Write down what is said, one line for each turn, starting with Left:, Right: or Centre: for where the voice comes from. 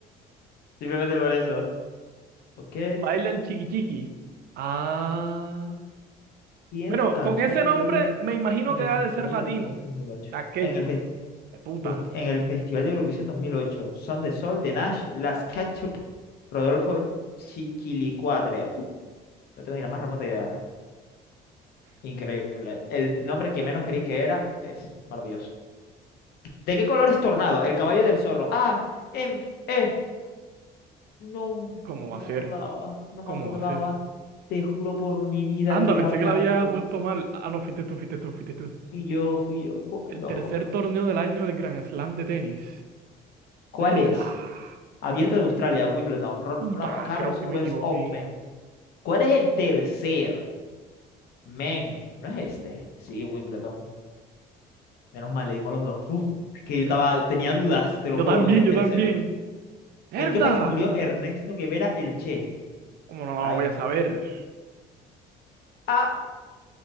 Left: Simplemente por eso. Ok.
Right: Baila el chiqui chiqui Ah.
Left: ¿Quién
Right: Bueno,
Left: cantó
Right: con ese nombre
Left: Baila en Superficie
Right: me imagino
Left: en
Right: que
Left: el
Right: ha
Left: Festival
Right: de ser latino.
Left: de Eurovisión 2008?
Right: La quechua.
Left: En el, fes-
Right: De puta.
Left: fest- en el Festival de Eurovisión 2008, Son de Sol, de Nash, Las Ketchup, Rodolfo Chiquilicuatre. Puh, No tengo ni la más remota idea. Increíble. El nombre que menos creí que era es maravilloso. ¿De qué color es Tornado? El caballo del zorro. Ah, em, eh, no,
Right: ¿Cómo
Left: no
Right: va a
Left: me
Right: ser?
Left: acordaba, no
Right: ¿Cómo
Left: me acordaba.
Right: va a ser?
Left: Te juro por mi vida
Right: Anda,
Left: que
Right: pensé
Left: era blanco.
Right: que la había puesto mal. Ah, no, fuiste tú, fuiste tú, fuiste tú.
Left: Fui yo, fui yo. Cu-
Right: El
Left: No.
Right: tercer torneo del año del Grand Slam de tenis.
Left: ¿Cuál
Right: ¿Verdad?
Left: es? Abierto de Australia, Wimbledon, Roland
Right: Puta,
Left: Garros
Right: creo que
Left: US
Right: me equivoqué.
Left: Open. ¿Cuál es el tercer? Men, ¿no es este? Sí, Wimbledon. Menos mal, le dimos los dos. Uf, es que yo
Right: Pens-
Left: estaba, tenía dudas, te
Right: Yo
Left: lo juro,
Right: también,
Left: porque es el
Right: yo
Left: tercero.
Right: también. ¿Verdad?
Left: ¿En qué país murió Ernesto Guevara el Che?
Right: ¿Cómo no lo
Left: Ay.
Right: voy a saber?
Left: Ah,